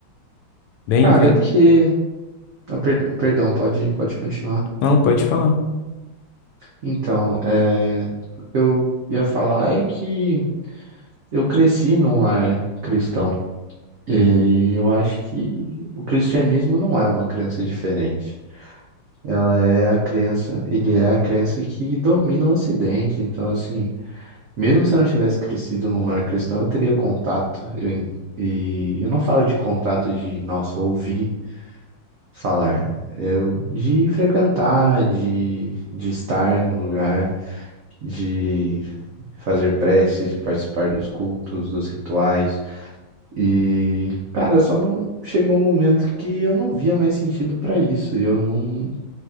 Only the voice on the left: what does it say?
Vem,
vem.
Não, pode falar.